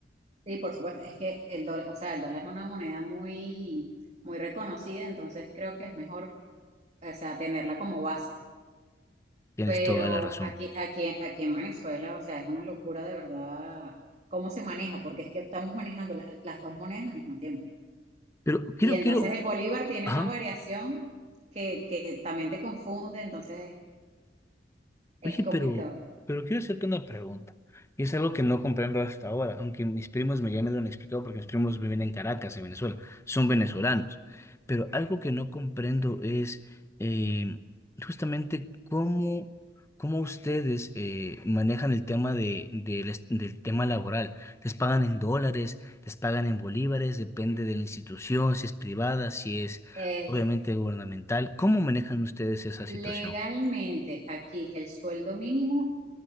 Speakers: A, on the right (about 40°); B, on the left (about 15°).
A: Sí, por supuesto, es que el dólar, o sea, el dólar es una moneda muy, muy reconocida, entonces creo que es mejor, o sea, tenerla como base.
B: Tienes
A: Pero
B: toda la razón.
A: aquí, aquí, aquí en Venezuela, o sea, es una locura de verdad cómo se maneja, porque es que estamos manejando las, las dos monedas al mismo tiempo.
B: Pero quiero,
A: Y entonces
B: quiero,
A: el bolívar tiene
B: ajá.
A: una variación que, que también te confunde, entonces es
B: Oye,
A: complicado.
B: pero, pero quiero hacerte una pregunta. Y es algo que no comprendo hasta ahora, aunque mis primos me, ya me lo han explicado porque mis primos viven en Caracas, en Venezuela. Son venezolanos. Pero algo que no comprendo es eh, justamente cómo, cómo ustedes eh, manejan el tema de, del est- del tema laboral. ¿Les pagan en dólares? ¿Les pagan en bolívares? Depende de la institución, si es privada, si es
A: Este,
B: obviamente gubernamental. ¿Cómo manejan ustedes esa
A: legalmente
B: situación?
A: aquí el sueldo mínimo